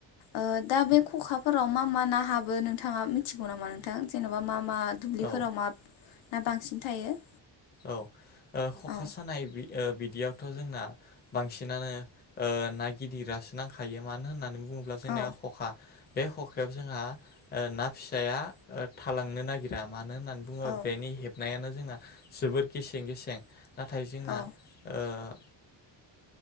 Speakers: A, on the left; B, on the left.
A: ओ दा बे ख'खाफोराव मा मा ना हाबो नोंथाङा मिथि गौ नामा नोंथां जेनेबा मा मा दुब्लिफोराव
B: औ
A: मा ना बांसिन थायो?
B: औ ओ ख'खा
A: औ
B: सानाय बि ओ बिदियावथ' जोंना बांसिनानो ओ ना गिदिरआसो नांखायो मानो होननानै बुङोब्ला जोंनिया
A: औ
B: ख'खा बे ख'खायाव जोंहा ओ ना फिसाया ओ थालांनो नागिरा मानो होननानै बुङोबा
A: औ
B: बेनि हेबनायानो जोंना जोबोर गिसें गिसेें - नाथाय जोंना
A: औ
B: ओ <inaudible>